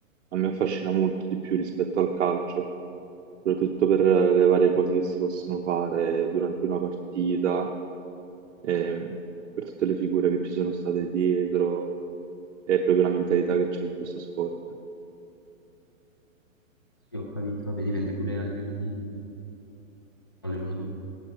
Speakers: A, on the right; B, on the left.
A: a me affascina molto di più rispetto al calcio, soprattutto per le varie cose che si possono fare durante una partita, ehm, per tutte le figure che ci sono state dietro. è proprio la mentalità che c'è in questo sport.
B: Sì, ho capito, vabbè, dipende pure a livello di quale uno tu-